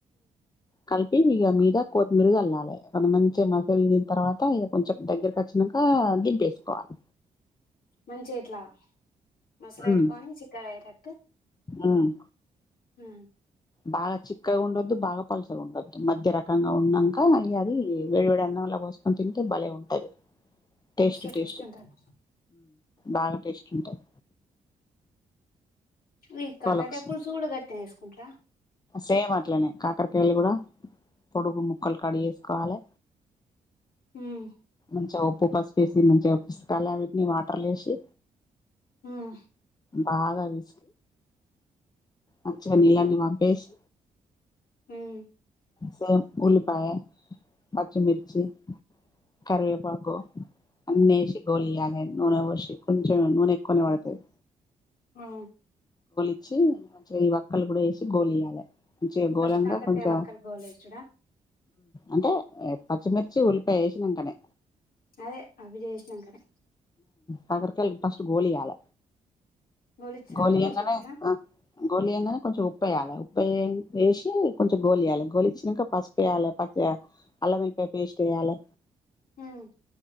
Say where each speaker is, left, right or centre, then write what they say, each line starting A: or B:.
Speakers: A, on the left; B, on the left.
A: కలిపి ఇక మీద కొత్తిమీర చల్లాలే అది మంచిగా మసాలు తిన తర్వాత ఇక కొంచెం దగ్గరకి వచ్చినాక దింపేసుకోవాలి.
B: మంచి ఇట్లా మసలు పెట్టుకొని
A: ఉమ్
B: చిక్కగా అయేటట్టు
A: ఉమ్
B: హ
A: బాగా చిక్కగా ఉండద్దు బాగా పలసగా ఉండద్దు మధ్య రకంగా ఉన్నాక అవి అది వేడివేడి అన్న ల బోసు కొని తింటే బలే ఉంటు ది టేస్ట్
B: మస్తు
A: టేస్ట్
B: ఉంటది
A: బాగా టేస్ట్ ఉంటది.
B: ఏ ఈ కాకరకాయ
A: ఒకసారి
B: పులుసుగూడ గట్నే చేసుకుంటార
A: సేమ్ అట్లనే కాకరకాయలు కూడా పొడుగు ముక్కలు కడు చేసుకోవాలే
B: ఉమ్
A: మంచిగా ఉప్పు పసుపేసి మంచిగా స్పా లనిటిని వాటర్ ల వేసి
B: ఉం
A: బాగా అవి మంచిగా నీళ్లన్నీ వంపేసి
B: ఉమ్
A: సగం ఉల్లిపాయా పచ్చిమిర్చి కరివేపాకు అన్న వేసి గోలియాలే నూనె పోశి కొంచెం నూనె ఎక్కువనే పడతది
B: ఆ
A: వచ్చి ఈ వక్కళ్లు కూడా వేసి గోలియ్యాలి. మంచిగా
B: ఫస్ట్
A: ఘోళంగా
B: కాకరకాయ
A: కొంచెం
B: వక్కలు గోలేసుడా
A: అంటే పచ్చిమిరచి ఉలిపయ వేసినంకనే
B: అదే అవిజేష్నాం కనే
A: కాకరకాయలు ఫస్ట్ గోలి అల
B: గోలిచ్చినంక
A: గోళ
B: పులుసు
A: అంగానే
B: పోసుడా
A: గోలియంగానే కొంచెం ఉప్పేయాలి ఉప్పయి వేసి కొంచెం గోలియాలి గోలిచ్చినాక ఫస్ట్ ఉప్పెయ్యాలే పసుపేయాలే అల్లం ఎల్లిపాయ పేస్ట్యాయలే
B: హ్మ్